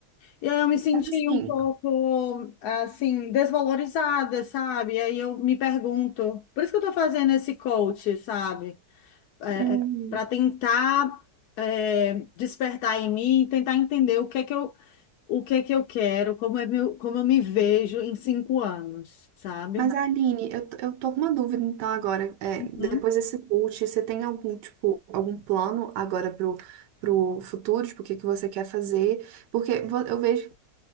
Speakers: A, on the left; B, on the right.
A: e aí eu me senti
B: Mas assim,
A: um pouco, assim, desvalorizada, sabe? aí eu me pergunto, por isso que eu tô fazendo esse coach, sabe? É,
B: Uhum.
A: para tentar, é, despertar em mim, tentar entender o que é que eu, o que é que eu quero, como é meu, como eu me vejo em cinco anos, sabe?
B: mas Aline, eu, t- eu tô com uma dúvida então agora. É,
A: Uhum,
B: depois desse coach, você tem algum tipo, algum plano agora pro, pro futuro, tipo, o que que você quer fazer? Porque vo- eu vejo que